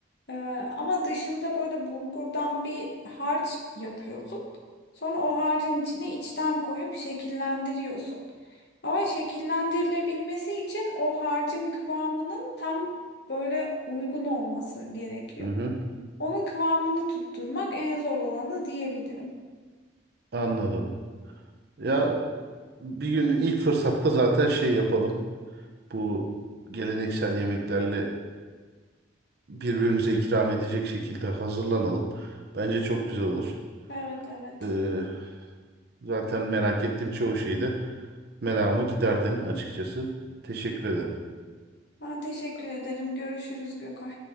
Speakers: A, on the left; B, on the right.
A: E, ama dışında böyle bulgurdan bir harç yapıyorsun. Sonra o harcın içine içten koyup şekillendiriyorsun. Ama şekillendirilebilmesi için o harcın kıvamının tam böyle uygun olması gerekiyor.
B: Hı hı,
A: Onun kıvamını tutturmak en zor olanı diyebilirim.
B: anladım. Ya bir gün ilk fırsatta zaten şey yapalım. Bu geleneksel yemeklerle birbirimize ikram edecek şekilde hazırlanalım. Bence çok güzel olur.
A: Evet evet.
B: Ee, zaten merak ettiğim çoğu şeyde meramı giderdin açıkçası. Teşekkür ederim.
A: Ben teşekkür ederim. Görüşürüz Gökay.